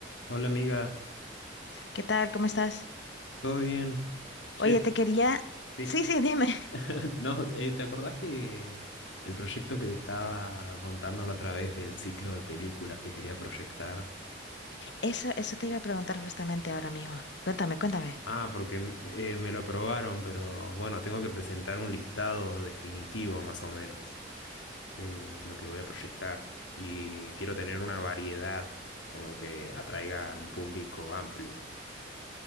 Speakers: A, on the left; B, on the left.
A: Hola amiga,
B: ¿Qué tal? ¿Cómo estás?
A: ¿todo bien? Che,
B: Oye, te quería...
A: sí.
B: Sí, sí, dime. <laughs>
A: <laughs> No, eh, ¿te acordás que el proyecto que te estaba contando la otra vez del ciclo de películas que quería proyectar?
B: Eso, eso te iba a preguntar justamente ahora mismo. Cuéntame, cuéntame.
A: Ah, porque me, eh, me lo aprobaron, pero bueno, tengo que presentar un listado definitivo más o menos de lo que voy a proyectar. Y quiero tener una variedad como que atraiga a un público amplio.